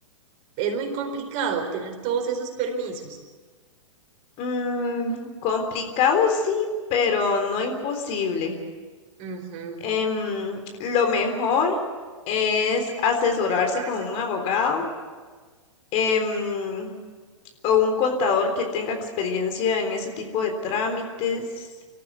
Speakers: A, on the right; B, on the left.
A: Es muy complicado obtener todos esos permisos.
B: Mm, complicado sí, pero no imposible.
A: Ujú.
B: Em, lo mejor es asesorarse
A: asesorarse
B: con un
A: con...
B: abogado. Em, o un contador que tenga experiencia en ese tipo de trámites.